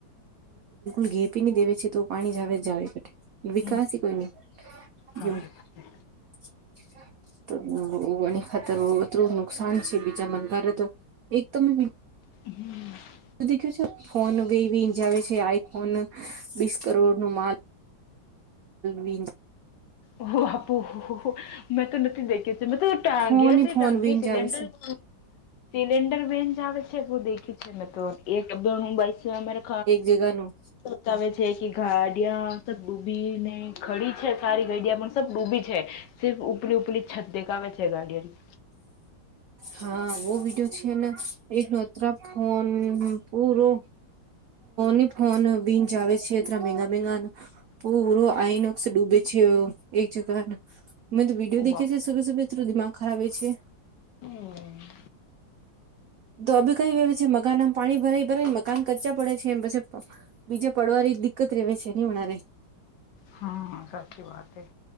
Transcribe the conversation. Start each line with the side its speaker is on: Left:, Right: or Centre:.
Right: <inaudible> <unintelligible> <inaudible> <inaudible>
Left: હમ સાચી વાત છે
Right: <unintelligible> <inaudible>
Left: <unintelligible>
Right: દેખ છે ફોન બેવીજ આવે છે આઈફોન, બીસ કરોડ નું માલ. વીન
Left: ઓહ બાપો મેં તો નથી દેખી જેમ તો ટાગયાસ
Right: ફોન ફોન
Left: ટાંકી
Right: વીન
Left: સિલિન્ડર
Right: આવે છે
Left: સિલેન્ડર બેન જ આવે છે બુંદેખી છે મેં તો એકણ હુંસ અમારે
Right: જગાનું.
Left: બતાવે છે કે ગાડિયાત ડૂબી ને ખડી છે સારી ગાડીયા પણ સબ ડૂબી છે, સિફ ઉપડી ઉપડી છત દેખાવે છે ગાડીઓની.
Right: હા બ વિડીયો છે ને એક નોત્ર ફોન પૂરો. ફ ફોન બીન જ આવે છે એ મંગા મંગા. પૂરો આઈનો ઓક્સ ડૂબે છેયો એક જગ. અમે તો વિડીયો
Left: ઓ
Right: દખી
Left: બાપ
Right: છીએ સુબ સુબ દિમાગ ખરાબ હોય છે.
Left: હમ
Right: તો અ કઈ વ્યવ છે મકાન પાણી ભરાય ભરાને મકાન કચા પડે છે એમ પછી બીજા પડવાર દિક્કત ર રહેવે છે નહી મારે.
Left: હમ સાચી વાત હૈ.